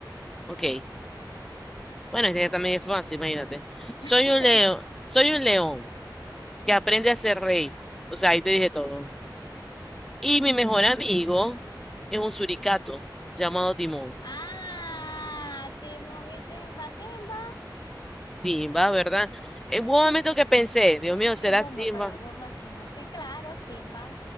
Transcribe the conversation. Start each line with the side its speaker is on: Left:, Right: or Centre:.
Centre: Ok. Bueno, este también es fácil, imagínate. Soy
Left: <laughs>
Centre: un león, soy un león que aprende a ser rey. O sea, ahí te dije todo. Y mi mejor amigo es un suricato llamado Timón.
Left: Ah, Timón y Simba, Simba
Centre: Simba, ¿verdad? En un momento que pensé, Dios mío, ¿será
Left: y Bumba,
Centre: Simba?
Left: pero Bumba es Simba. Sí, claro, Simba,